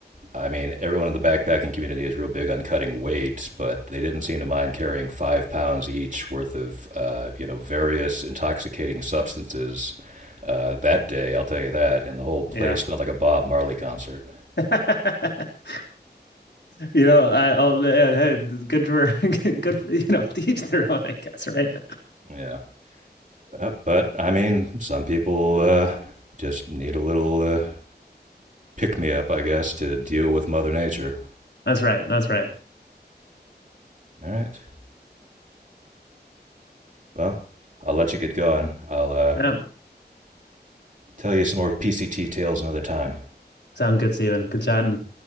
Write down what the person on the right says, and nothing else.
I mean, everyone in the backpacking community is real big on cutting weight, but they didn't seem to mind carrying five pounds each worth of, uh, you know, various intoxicating substances uh, that day. I'll tell you that. And the whole place
smelled like a Bob Marley concert.
Yeah. Uh, But I mean, some people uh, just need a little uh, pick me up, I guess, to deal with Mother Nature.
All right. Well, I'll let you get going. I'll uh,
tell you some more PCT tales another time.